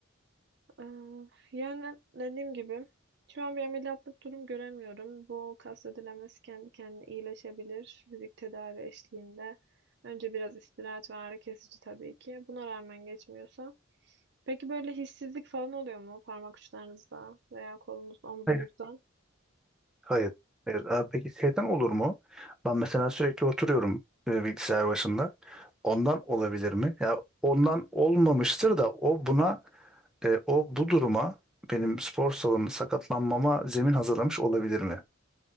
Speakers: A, on the right; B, in the centre.
A: Ee, Yani dediğim gibi şu an bir ameliyatlık durum göremiyorum. Bu kas ödelemesi kendi kendine iyileşebilir fizik tedavi eşliğinde. Önce biraz istirahat ve ağrı kesici tabii ki. Buna rağmen geçmiyorsa. Peki böyle hissizlik falan oluyor mu parmak uçlarınızda veya kolunuzda, omzunuzda?
B: Hayır, Hayır. Hayır. Abi peki şeyden olur mu? Ben mesela sürekli oturuyorum e, bilgisayar başında. Ondan olabilir mi? Ya ondan olmamıştır da o buna e, o bu duruma benim spor salonu sakatlanmama zemin hazırlamış olabilir mi?